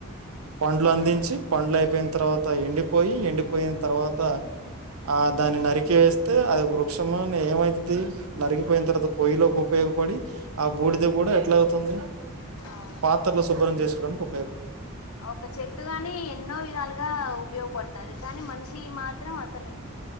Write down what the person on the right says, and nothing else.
పండ్లు అందించి పండ్లు అయిపోయిన తర్వాత ఎండిపోయి ఎండిపోయిన తర్వాత ఆ దాన్ని నరికేస్తే అది వృక్షం ఏమైతది నరికిపోయిన తర్వాత పొయ్యిలో కూ ఉపయోగపడి ఆ బూడిద కూడా ఎట్లా అవుతుంది
పాత్రలో శుభ్రం చేసుకొడానికి